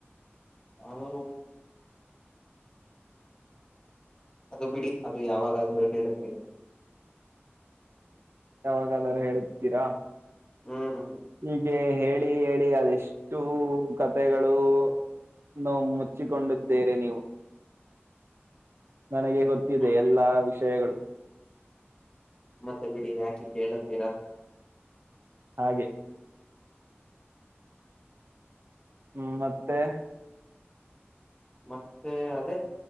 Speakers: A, on the left (about 20°); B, on the right (about 65°).
A: ಅದು ಅದು ಬಿಡಿ ಅದು ಯಾವಾಗ ದರು ಹೇಳುತ್ತೇನೆ
B: ಯಾವಾಗಾದರು ಹೇಳುತ್ತೀರ
A: ಹ್ಮ್
B: ಹೀಗೆ ಹೇಳಿ ಹೇಳಿ ಅದೆಷ್ಟು ಕತೆೆಗಳು ನ ಮುಚ್ಚಿಕೊಂಡಿದ್ದೀರಿ ನೀವು ನನಗೆ ಗೊತ್ತಿದೆ
A: ಹ್ಮ್
B: ಎಲ್ಲಾ ವಿಷಯ್ ವಿಷಯಗಳು
A: ಮತ್ತೆ ಬಿಡಿ ಯಾಕೆ ಕೇಳತ್ತೀರಾ
B: ಹಾಗೆ ಹ್ಮ್ ಮತ್ತೆ
A: ಮತ್ತೆ ಅದೇ